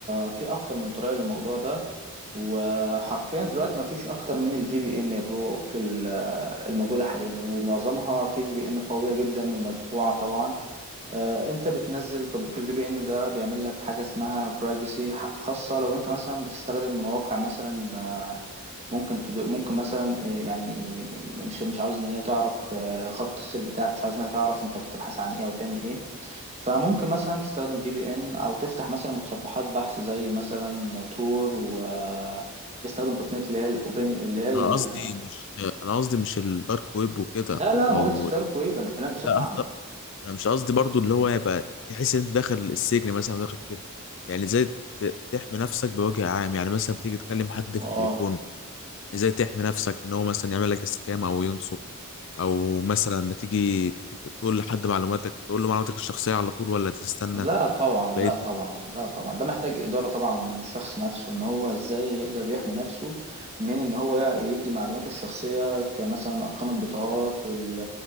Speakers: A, on the right; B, on the left.
A: في اكتر من طريقه للموضوع ده وحرفيا دلوقتي ما فيش اكتر من الفي بي ان يا برو في ال- الموجوده حاليا ومعظمها في في بي ان قويه جدا ومدفوعه طبعا آه، انت بتنزل تطبيق الفي بي ان ده بيعمل لك حاجه اسمها برايفسي خاصه لو انت مثلا بتستخدم مواقع مثلا آه، ممكن تدو ممكن مثلا آه، يعني مش مش عاوز ان هي تعرف آه، خط السير بتاعك مش عاوز انها تعرف انت بتبحث عن ايه او تعمل ايه فممكن مثلا تستخدم في بي ان او تفتح مثلا متصفحات بحث زي مثلا تور و بيستخدم تقنيه اللي هي الاوبن اللي هي ال-
B: انا قصدي مش انا قصدي مش الدارك ويب وكده
A: لا لا
B: او
A: ما قلتش دارك ويب انا بكلمك بصفه
B: لا
A: عامه
B: انا مش قصدي برضو اللي هو يبقى تحس ان انت داخل السجن مثلا أو داخل كده يعني زي ت- تحمي نفسك بوجه عام يعني مثلا بتيجي تكلم حد
A: اه
B: في التليفون ازاي تحمي نفسك ان هو مثلا يعمل لك سكام او ينصب او مثلا لما تيجي تك- تقول لحد معلوماتك تقول له معلوماتك الشخصيه على طول ولا تستنى
A: لا طبعا
B: ولا
A: لا
B: ايه
A: طبعا لا طبعا ده محتاج إدارة طبعا من الشخص نفسه ان هو ازاي يقدر يحمي نفسه من ان هو يدي معلوماته الشخصية كمثلا ارقام البطاقات وال